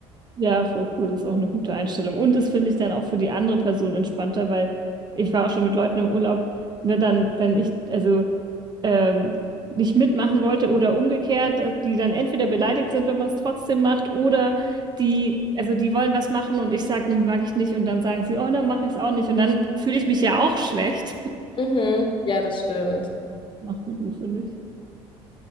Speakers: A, on the right (about 35°); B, on the left (about 40°).
A: Ja, voll cool, das ist auch eine gute Einstellung. Und das finde ich dann auch für die andere Person entspannter, weil ich war auch schon mit Leuten im Urlaub, ne, dann, wenn ich also ähm, nicht mitmachen wollte oder umgekehrt, dass die dann entweder beleidigt sind, wenn man es trotzdem macht, oder die, also die wollen was machen und ich sage, ne, mag ich nicht, und dann sagen sie, oh, dann mache ich es auch nicht. Und dann fühle ich mich ja auch schlecht. <laughs>
B: Mhm. Ja, das stimmt.
A: Macht die du, finde ich.